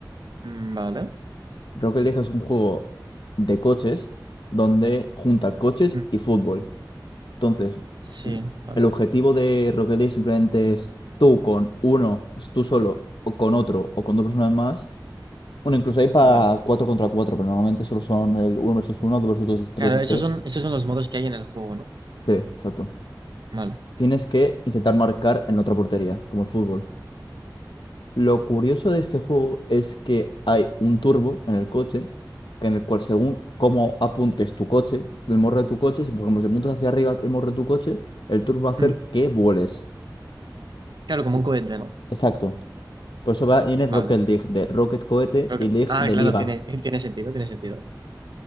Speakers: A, on the right; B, on the left.
A: Mm, Vale.
B: Rocket League es un juego de coches donde junta coches
A: Mm,
B: y fútbol. Entonces,
A: Sí,
B: l-
A: vale,
B: el objetivo de Rocket League simplemente es tú con uno, tú solo, o con otro, o con dos personas más Bueno, incluso hay para
A: vale.
B: 4 contra 4, pero normalmente solo son el uno versus uno, 2 versus 2, 3
A: Claro,
B: versus
A: esos
B: 3.
A: son, esos son los modos que hay en el juego, ¿no?
B: Sí, exacto.
A: Vale.
B: Tienes que intentar marcar en la otra portería, como el fútbol. Lo curioso de este juego es que hay un turbo en el coche, que en el cual según cómo apuntes tu coche, el morro de tu coche, si por ejemplo si apuntas hacia arriba el morro de tu coche, el turbo va a hacer
A: Mm,
B: que vueles.
A: Claro, como
B: Sí.
A: un cohete, ¿no?
B: Exacto. Por eso va, viene
A: Vale.
B: Rocket League, de Rocket Cohete
A: Creo
B: y
A: que-
B: League
A: Ah,
B: de
A: claro,
B: Liga.
A: tiene, ti- tiene sentido, tiene sentido.